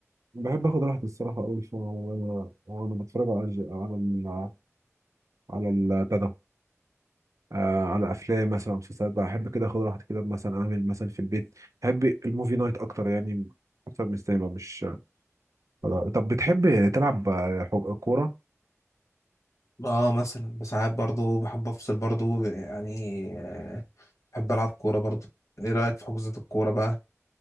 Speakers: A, on the right; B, on the left.
A: بحب آخد راحتي الصراحة أوي ف- وأنا وأنا بتفرج على الج- على ال- على ال- بتاع ده آه على افلام مثلا أو مسلسلات بقى احب كده اخد راحتي كده مثلا اعمل مثلا في البيت بحب الموفي نايت اكتر يعني اكتر من السينما مش آه. طب بتحب تلعب آه، حو- كوره
B: اه مثلا بساعات برضو بحب افصل برضو يعني آه، بحب العب كورة برضو ايه رأيك في حجوزات الكورة بقى